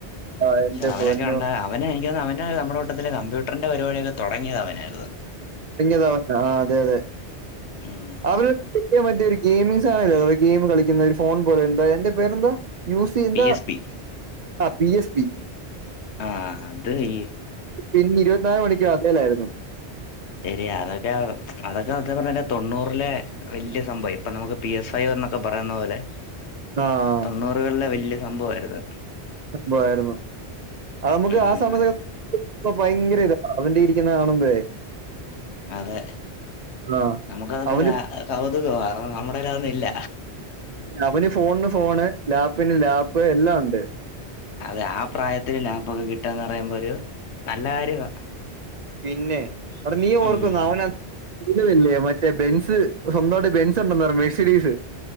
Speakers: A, on the right (about 55°); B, on the left (about 75°).
A: ആഹ് എന്റെ
B: അവനൊക്കെ
A: പൊന്നോ.
B: ഉണ്ടായാ അവനെ എനിക്ക് തോന്നി അവൻ്റെ നമ്മുടെ കൂട്ടത്തിൽ കമ്പ്യൂട്ടറിന്റെ പരിപാടിയൊക്കെ തുടങ്ങിയത് അവനായിരുന്നു
A: പിന്നതോ ആഹ് അതെ അതെ
B: ഉം
A: അവര്ൻറ്റിയ ഒരു ഗെമി ആണല്ല ഗെയിം കളിക്കുന്ന ഒരു ഫോൺ പോലെ എന്താ എന്റെ പേരെന്താ യൂസ് ചെയ്യന്ത
B: പി എസ് പി
A: ആ പി എസ് ബി
B: ആ അത് ഈ
A: പിന്നെ ഇരുപത്തിനാല് മണിക്ക് അതേലാരുന്നു
B: ശരി അതൊക്കെ അതൊക്കെ സത്യം പറഞ്ഞാ തൊണ്ണൂറിലെ വല്യ സംഭവാ ഇപ്പൊ നമുക്ക് പി എസ് ഐ എന്നൊക്കെ പറയുന്ന പോലെ
A: ആഹ്
B: തൊണ്ണൂറുകളിലെ വല്യ സംഭവാരുന്നു
A: സംഭവാരുന്നു അ നമുക്ക്
B: ഉം
A: ആ സമയത്ത് ഇ ഭയങ്കര ഇതാ അവന്റെ ഇരിക്കുന്ന കാണുമ്പോഴേ
B: അതെ
A: ആഹ്
B: നമുക്ക അതൊക്കെ
A: അവന്
B: കൗതുകം കാരണം നമ്മുടെലദോന്നും ഇല്ല
A: അവന് ഫോണിന് ഫോണ് ലാപ്പിന് ലാപ്പ് എല്ലാം ഉണ്ട്
B: അതെ ആ പ്രായത്തില് ലാപ്പൊക്കെ കിട്ടുകാന്ന് പറയുമ്പോ ഒരു നല്ല കാര്യവാ
A: പിന്നെ അവിടെ നീ ഓർക്കുന്നോ
B: ഉം
A: അവ <unintelligible> മ മറ്റേ ബെൻസ് സ്വന്തമായിട്ട ബെൻസ് ഉണ്ടെന്ന് പറ മെർസിഡീസ്